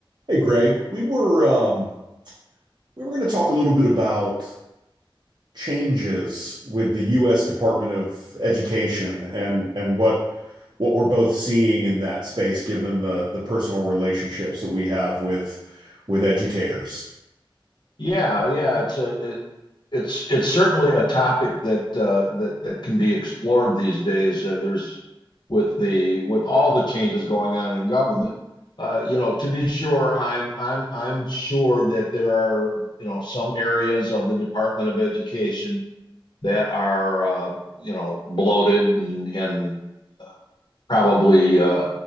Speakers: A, on the right; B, on the left.
A: Hey Greg, we were um, we were going to talk a little bit about changes with the U.S. Department of Education and and what what we're both seeing in that space, given the the personal relationships that we have with with educators.
B: Yeah, yeah, it's a it, it's it's certainly a topic that uh, that that can be explored these days. Uh, there's with the with all the changes going on in government. Uh, you know, to be sure, I'm I'm I'm sure that there are you know some areas of the Department of Education that are uh, you know bloated and and probably uh,